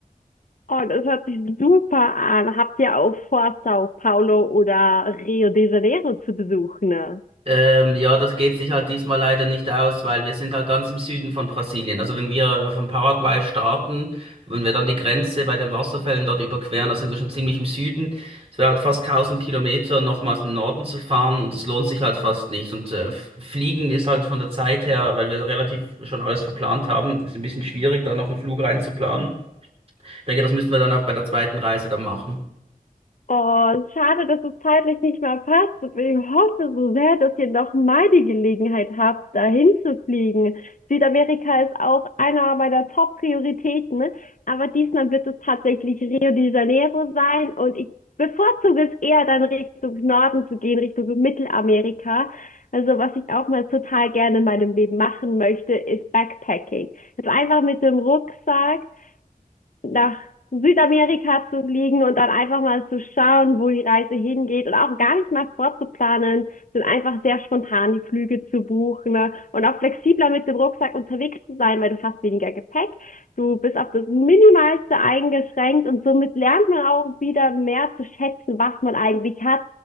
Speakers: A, on the left; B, on the right.
A: Oh, das hört sich super an. Habt ihr auch vor, Sao Paulo oder Rio de Janeiro zu besuchen? ne?
B: Ähm, ja, das geht sich halt diesmal leider nicht aus, weil wir sind halt ganz im Süden von Brasilien. Also wenn wir von Paraguay starten, wenn wir dann die Grenze bei den Wasserfällen dort überqueren, da sind wir schon ziemlich im Süden. Es wäre halt fast tausend Kilometer nochmals in den Norden zu fahren und das lohnt sich halt fast nicht. Und äh, fliegen ist halt von der Zeit her, weil wir relativ schon alles verplant haben, ist ein bisschen schwierig, da noch einen Flug reinzuplanen. Ich denke, das müssten wir dann auch bei der zweiten Reise dann machen.
A: Oh, schade, dass es zeitlich nicht mehr passt. Ich hoffe so sehr, dass ihr noch mal die Gelegenheit habt, dahin zu fliegen. Südamerika ist auch einer meiner Top-Prioritäten, ne? aber diesmal wird es tatsächlich Rio de Janeiro sein und ich bevorzuge es eher dann Richtung Norden zu gehen, Richtung Mittelamerika. Also was ich auch mal total gerne in meinem Leben machen möchte, ist Backpacking. Also einfach mit dem Rucksack nach Südamerika zu fliegen und dann einfach mal zu schauen, wo die Reise hingeht und auch gar nicht mal vorzuplanen, sondern einfach sehr spontan die Flüge zu buchen, ne? Und auch flexibler mit dem Rucksack unterwegs zu sein, weil du hast weniger Gepäck, du bist auf das Minimalste eingeschränkt und somit lernt man auch wieder mehr zu schätzen, was man eigentlich hat